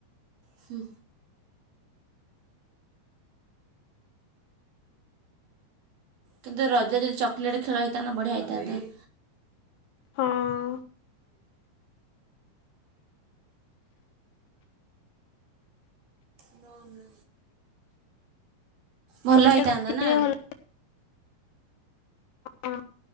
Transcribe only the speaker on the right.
ହୁଁ। କିନ୍ତୁ ରଜ ଯଦି ଚକୋଲେଟ୍ ଖେଳ ହେଇଥାନ୍ତା ବଢ଼ିଆ ହେଇଥାନ୍ତା। <inaudible>
ନୋ ନା। ଭଲ
ହେଇଥାନ୍ତା
ନା?